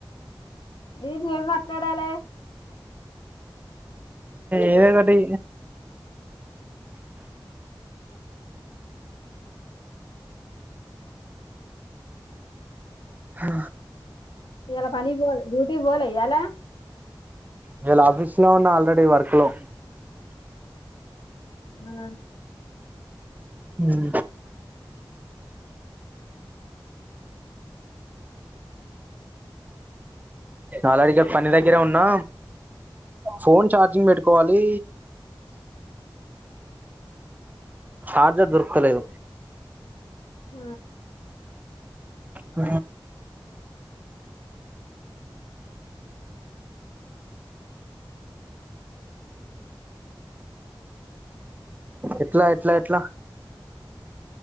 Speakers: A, on the left; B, on the right.
A: నేను ఏ మాట్లాడాలి
B: ఏదో ఒకటి హా
A: ఇయ్యాల పనీకి పోలే డ్యూటీ పోలే ఇయాలా
B: ఇయాల ఆఫీస్ లో ఉన్న ఆల్రెడీ వర్క్ లో
A: ఆ
B: హు <inaudible> ఆల్రెడీ పని దగ్గరే ఉన్నా ఫోన్ చార్జింగ్ పెట్టుకోవాలి చార్జర్ దొరుకుతలేద
A: ఆ
B: ఊ ఎట్లా ఎట్లా ఎట్లా